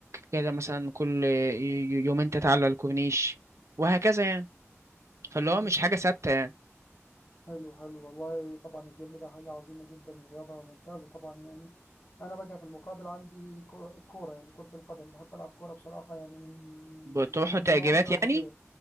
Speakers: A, on the right; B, on the left.
A: كده مثلا كل ي- يومين تتعلى على الكورنيش وهكذا يعني فاللي هو
B: لي
A: مش حاجة ثابتة يعني
B: حلو حلو والله طبعا الجيم ده حاجة عظيمة جدا ورياضة ممتازة طبعا يعني أنا بقى في المقابل عندي كرة الكورة يعني كرة القدم بحب ألعب كورة بصراحة يعني من
A: بتروحوا
B: منذ
A: تأجيرات
B: نعومة أظافري
A: يعني